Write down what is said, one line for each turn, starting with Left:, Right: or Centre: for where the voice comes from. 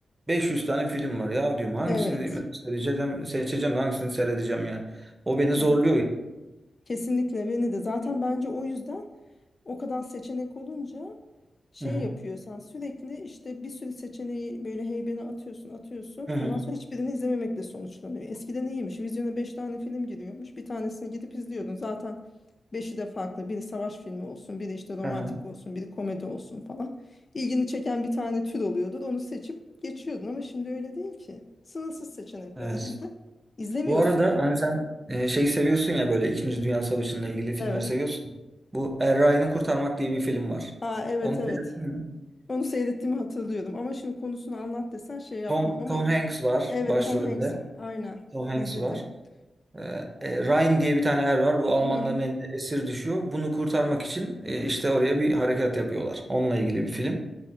Right: 500 tane film var. Ya diyorum hangisini
Left: evet.
Right: ben seçeceğim, seçeceğim de hangisini seyredeceğim yani. O beni
Left: Evet.
Right: zorluyor ya.
Left: Kesinlikle beni de. Zaten bence o yüzden O kadar seçenek olunca şey
Right: Hı hı.
Left: yapıyor sen sürekli işte bir sürü seçeneği böyle heybene atıyorsun atıyorsun.
Right: Hı hı.
Left: Ondan sonra hiçbirini izlememekle sonuçlanıyor. Eskiden iyiymiş. Vizyona 5 tane film giriyormuş. Bir tanesini gidip izliyordun. Zaten beşi de farklı. Biri savaş filmi olsun, biri işte romantik
Right: Hı hı.
Left: olsun, biri komedi olsun falan. İlgini çeken bir tane tür oluyordu. Onu seçip geçiyordun ama şimdi öyle değil ki. Sınırsız seçenek
Right: Evet.
Left: var elinde. İzlemiyorsun
Right: Bu arada
Left: ya.
Right: hani sen e, şeyi seviyorsun ya böyle İkinci Dünya Savaşı'nla ilgili filmleri
Left: Evet.
Right: seviyorsun. Bu Er Ryan'ı Kurtarmak diye bir film var.
Left: Aa evet
Right: Onu
Left: evet.
Right: seyrettin mi?
Left: Onu seyrettiğimi hatırlıyorum ama şimdi konusunu anlat desen şey yapmam
Right: Tom,
Left: ama
Right: Tom Hanks var
Left: evet
Right: başrolde.
Left: Tom Hanks aynen
Right: Tom Hanks
Left: izledim.
Right: var. Ee,
Left: O-
Right: e, Ryan diye bir tane er var. Bu Almanların
Left: Hı,
Right: elinde esir düşüyor. Bunu kurtarmak için e, işte oraya bir harekat yapıyorlar. Onunla ilgili bir film.